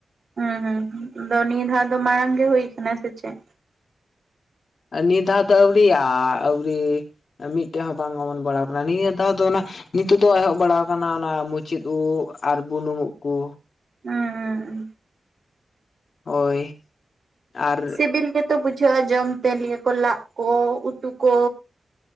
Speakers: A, on the right (about 60°); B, on the left (about 65°).
A: ᱦᱩᱸ ᱦᱩᱸ ᱟᱫᱚ ᱱᱤᱭᱟᱹ ᱫᱷᱟᱣ ᱫᱚ ᱢᱟᱲᱟᱝ ᱜᱮ ᱦᱩᱭ ᱟᱠᱟᱱᱟ ᱥᱮ ᱪᱮᱫ᱾
B: ᱱᱤᱭᱟᱹ ᱫᱷᱟᱣ ᱫᱚ ᱟᱹᱣᱲᱤᱭᱟ ᱟᱹᱣᱲᱤ ᱢᱤᱫᱴᱮᱡ ᱦᱚᱸ ᱵᱟᱝ ᱚᱢᱚᱱ ᱵᱟᱲᱟᱣ ᱟᱠᱟᱱᱟ ᱱᱤᱭᱟᱹ ᱫᱷᱟᱣ ᱫᱚ ᱚᱱᱟ᱾ ᱱᱤᱛᱚᱜ ᱫᱚ ᱮᱦᱚᱵ ᱵᱟᱲᱟ ᱟᱠᱟᱱᱟ ᱚᱱᱟ ᱢᱩᱪᱤᱹᱫ ᱩᱫ ᱟᱨ ᱵᱩᱱᱩᱢ ᱩᱫ ᱠᱩ᱾
A: ᱦᱩᱸ ᱦᱩᱸ ᱦᱩᱸ
B: ᱦᱳᱭ᱾ ᱟᱨ
A: ᱥᱤᱵᱤᱞ ᱜᱮᱛᱚ ᱵᱩᱡᱷᱟᱹᱜᱼᱟ ᱡᱚᱢ ᱛᱮ ᱤᱭᱟᱹ ᱠᱚ ᱞᱟᱜ ᱠᱚ ᱩᱛᱩ ᱠᱚ᱾